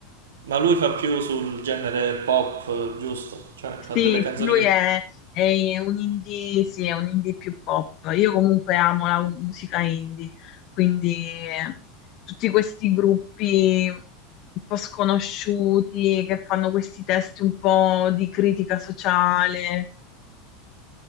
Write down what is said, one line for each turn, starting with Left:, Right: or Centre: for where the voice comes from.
Right: ma lui fa più sul genere pop, giusto? Cioè fa
Left: Sì,
Right: delle canzoni
Left: sì, lui
Right: che... so.
Left: è, è un indie, sì, è un indie più pop. Io comunque amo la musica indie, quindi eh, tutti questi gruppi un po' sconosciuti che fanno questi testi un po' di critica sociale.